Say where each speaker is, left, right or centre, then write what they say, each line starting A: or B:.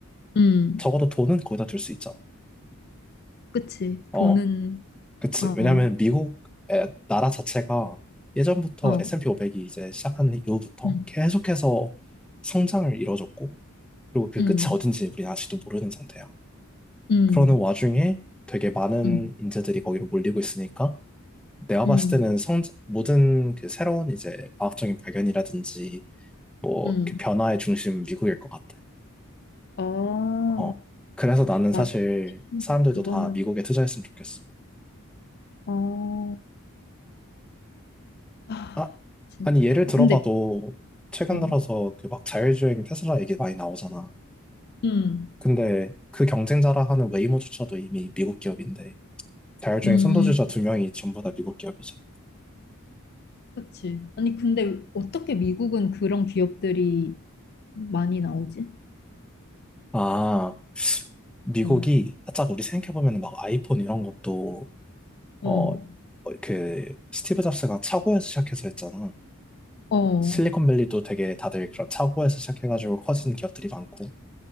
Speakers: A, on the left; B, in the centre.
A: 음,
B: 적어도 돈은 거기다 둘 수 있잖아.
A: 그치.
B: 어,
A: 돈은,
B: 그치.
A: 어,
B: 왜냐면 미국 에- 나라 자체가 예전부터
A: 어,
B: S&P 500이 이제 시작한 이후부터
A: 음,
B: 계속해서 성장을 이뤄줬고, 그리고 그
A: 음,
B: 끝이 어딘지 우리는 아직도 모르는 상태야.
A: 음,
B: 그러는 와중에 되게 많은
A: 음,
B: 인재들이 거기로 몰리고 있으니까 내가 봤을
A: 음.
B: 때는 성 모든 그 새로운 이제 과학적인 발견이라든지 뭐
A: 응.
B: 그 변화의 중심은 미국일 것 같아.
A: 아,
B: 어. 그래서 나는 사실
A: 맞아.
B: 사람들도
A: 그거는,
B: 다 미국에 투자했으면 좋겠어.
A: 어, 아,
B: 아,
A: 진
B: 아니 예를 들어봐도
A: 근데,
B: 최근
A: 어,
B: 들어서 그 막 자율주행 테슬라 얘기 많이 나오잖아.
A: 응,
B: 근데 그 경쟁자라 하는 웨이모조차도 이미 미국 기업인데 자율주행
A: 음,
B: 선도주자 두 명이 전부 다 미국 기업이잖아.
A: 그치. 아니, 근데 어떻게 미국은 그런 기업들이 많이 나오지?
B: 아. 미국이
A: 어,
B: 살짝 우리 생각해보면 막 아이폰 이런 것도
A: 어,
B: 어, 어, 그 스티브 잡스가 차고에서 시작해서 했잖아.
A: 어,
B: 실리콘밸리도 되게 다들 그런 차고에서 시작해가지고 커진 기업들이 많고